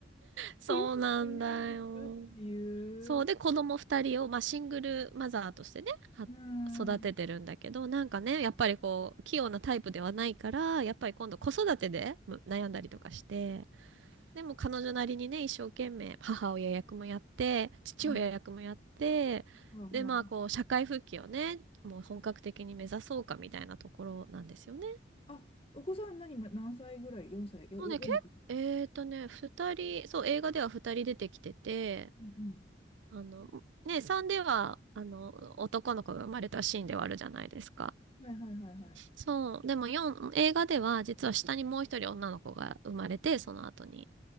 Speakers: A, on the right (about 80°); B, on the left (about 30°).
A: そうなんだよ。
B: ヨナがいないんですかっていう。
A: そう。で、子供二人を、まあ、シングルマザーとしてね、は育ててるんだけど、
B: うん。ああ。
A: なんかね、やっぱりこう、器用なタイプではないから、やっぱり今度子育てでむ悩んだりとかして、でも彼女なりにね、一生懸命母親役もやって、父親役もやって、
B: うんはあはあ
A: で、まあこう、社会復帰をね、もう本格的に目指そうかみたいなところなんですよね。
B: あ、お子さん何、ま何歳ぐらい ?4 歳よ、
A: もうね、
B: よ、よんの時
A: け、えーとね、二人、そう、映画では二人出てきてて、
B: うん
A: あの、ね、3では、あの、男の子が生まれたシーンではあるじゃないですか。
B: うん。はいはいはいはい。
A: そう、でも四映画では、実は下にもう一人女の子が生まれて、その後に。